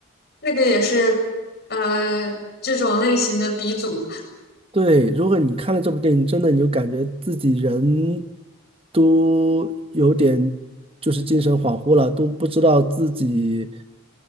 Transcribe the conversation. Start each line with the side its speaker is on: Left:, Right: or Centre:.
Left: 那个也是呃这种类型的鼻祖，
Right: 对，如果你看了这部电影，真的你就感觉自己人都有点就是精神恍惚了，都不知道自己。